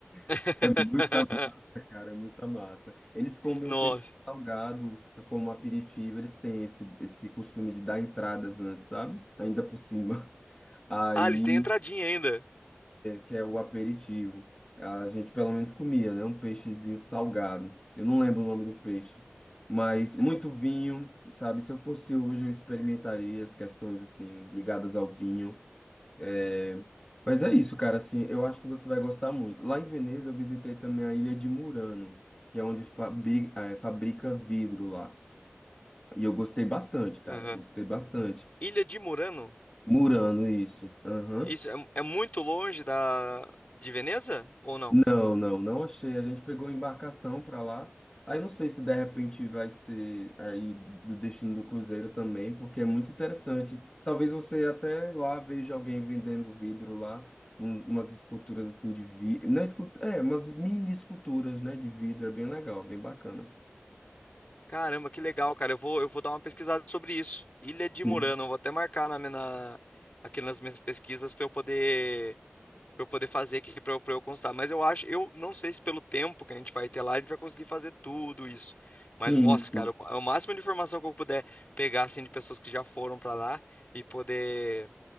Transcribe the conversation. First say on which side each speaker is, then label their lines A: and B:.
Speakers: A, on the left (about 35°); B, on the left (about 15°).
A: <laughs>
B: <laughs> é muita massa, cara, é muita massa. Eles comem
A: Nossa.
B: um peixe salgado como aperitivo, eles têm esse, esse costume de dar entradas antes, sabe? Ainda por cima. Aí
A: Ah, eles têm entradinha ainda.
B: que é o aperitivo. A gente pelo menos comia, né? Um peixezinho salgado. Eu não lembro o nome do peixe, mas muito vinho, sabe? Se eu fosse hoje, eu experimentaria as questões assim ligadas ao vinho. É, Mas é isso, cara. Assim, eu acho que você vai gostar muito. Lá em Veneza, eu visitei também a Ilha de Murano, que é onde fabri- eh, fabrica vidro lá. E eu gostei bastante, cara.
A: Aham.
B: Gostei bastante.
A: Ilha de Murano?
B: Murano, isso. Aham.
A: Isso, é, é muito longe da, de Veneza ou não?
B: Não, não, não achei. A gente pegou embarcação para lá. Aí não sei se de repente vai ser aí do destino do cruzeiro também, porque é muito interessante. Talvez você até lá veja alguém vendendo vidro lá, um- umas esculturas assim de vidro, não é, escultu- é, umas mini esculturas, né, de vidro, é bem legal, bem bacana.
A: Caramba, que legal, cara. Eu vou, eu vou dar uma pesquisada sobre isso. Ilha
B: Sim,
A: de Murano, eu vou até marcar na minha, na- aqui nas minhas pesquisas para eu poder, para eu poder fazer aqui para eu, pra eu constar. Mas eu acho, eu não sei se pelo tempo que a gente vai ter lá, a gente vai conseguir fazer tudo isso. Mas,
B: sim,
A: nossa,
B: sim,
A: cara, o- é o máximo de informação que eu puder pegar assim de pessoas que já foram para lá e poder